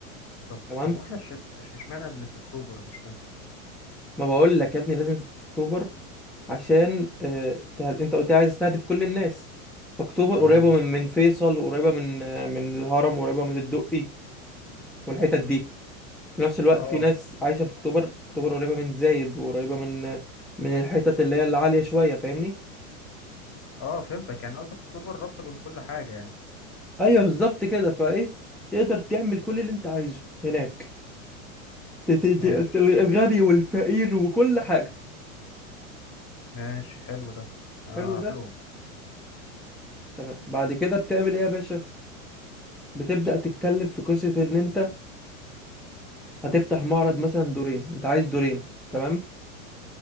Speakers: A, on the left (about 30°); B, in the centre.
A: طب
B: تمام
A: طب واحنا الش- الش- اشمعنى اللي في اكتوبر مش فاهم
B: ما بقول لك يا ابني لازم في اكتوبر عشان آه، ته- انت قلت لي عايز تستهدف كل الناس فاكتوبر
A: تمام
B: قريبه من من فيصل وقريبه من آه، من الهرم وقريبه من الدقي والحتت دي في نفس الوقت
A: اه
B: في ناس عايشة في اكتوبر اكتوبر قريبة من زايد وقريبة من من الحتت اللي هي العالية شوية فاهمني
A: اه فهمتك يعني قصدك اكتوبر رابطة بين كل حاجة يعني
B: ايوه بالظبط كده فايه تقدر تعمل كل اللي انت عايزه هناك ت- ت-
A: ماشي
B: ت- الغني والفقير وكل حاجة
A: ماشي حلو ده انا
B: حلو
A: اروح
B: ده
A: لهم
B: تمام بعد كده بتعمل ايه يا باشا بتبدأ تتكلم في قصة ان انت هتفتح معرض مثلا دورين انت عايز دورين تمام